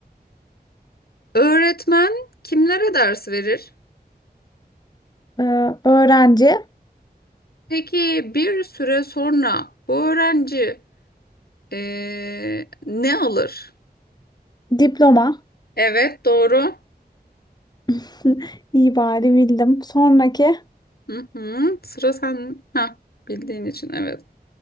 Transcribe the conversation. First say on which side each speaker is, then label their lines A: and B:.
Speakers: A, on the left; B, on the left.
A: öğretmen kimlere ders verir?
B: Ee, öğrenci.
A: Peki bir süre sonra bu öğrenci ee, ne alır?
B: Diploma.
A: Evet, doğru.
B: <laughs> İyi bari bildim. Sonraki.
A: Hı hı, sıra sen. Ha, bildiğin için evet.